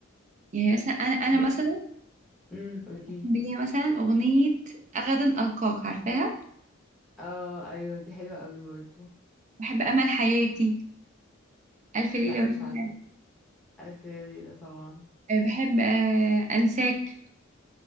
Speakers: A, on the right; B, in the centre.
A: يعني مثلا انا انا
B: بص
A: مثلا
B: امم قوليلي
A: بحب ليها مثلا اغنيه غدا القاك عارفاها
B: اه ايوه دي حلوة قوي برضو
A: بحب امل حياتي الف ليله
B: لا مش
A: وليله
B: عارفة دي. الف ليلة وليلة طبعا
A: آه، بحب آه، انساك